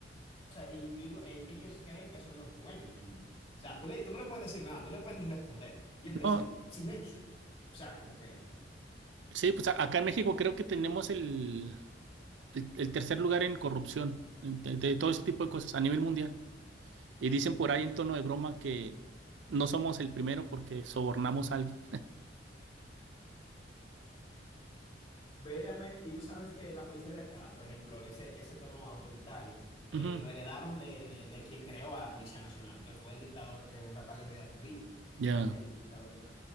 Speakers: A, on the left; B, on the right.
A: o sea, y digo, eh, ellos creen que son los dueños del mundo. O sea, tú, le, tú no le puedes decir nada, tú no le puedes ni responder. Y ellos te dicen,
B: No,
A: silencio. O sea, como que
B: sí, pues a- acá en México creo que tenemos el, el, el tercer lugar en corrupción, en- de de todo ese tipo de cosas a nivel mundial. Y dicen por ahí en tono de broma que no somos el primero porque sobornamos a alguien.
A: Vérame, y tú sabes que la policía de acá, por ejemplo, ese, ese tono autoritario, eh,
B: Ujú,
A: lo heredaron de, de- de quien creó a la Policía Nacional, que fue el dictador eh, Rafael Leónidas Trujillo. Ese
B: Ya,
A: fue el, el dictador de acá,